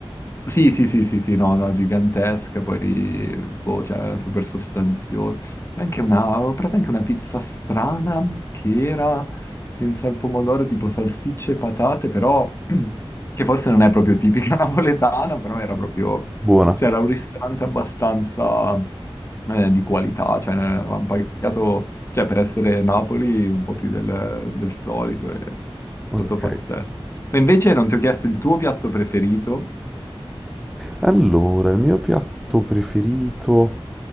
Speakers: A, on the left (about 25°); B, in the centre.
A: sì, sì, sì, sì, sì, no, no, gigantesca, poi, boh, cioè, super sostanziosa. Ma anche una, ho provato anche una pizza strana che era senza il pomodoro, tipo salsicce e patate, però, <clears throat> che forse non è proprio tipica <laughs> napoletana, però era proprio,
B: Buona.
A: cioè, era un ristorante abbastanza, eh, di qualità, cioè, ne avevamo pagato, cioè, per essere Napoli, un po' più del, del solito, e è
B: Ok.
A: stato pazzesco. Ma invece non ti ho chiesto il tuo piatto preferito?
B: Allora, il mio piatto preferito.